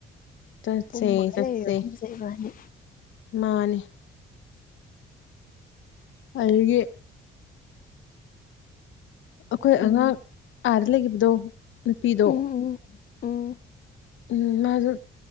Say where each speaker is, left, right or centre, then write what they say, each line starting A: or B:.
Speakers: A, on the left; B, on the left.
A: ꯆꯠꯁꯦ
B: ꯄꯨꯝꯃꯒ
A: ꯆꯠꯁꯦ
B: ꯂꯩꯔꯦ ꯄꯨꯝꯁꯩꯕꯅꯤ
A: ꯃꯥꯅꯦ ꯑꯗꯨꯒꯤ ꯑꯩꯈꯣꯏ
B: ꯎꯝ
A: ꯑꯉꯥꯡ ꯑꯥꯗ ꯂꯩꯈꯤꯕꯗꯣ ꯅꯨꯄꯤꯗꯣ
B: ꯎꯝ ꯎꯝ ꯎꯝ
A: ꯎ ꯃꯥꯁꯨ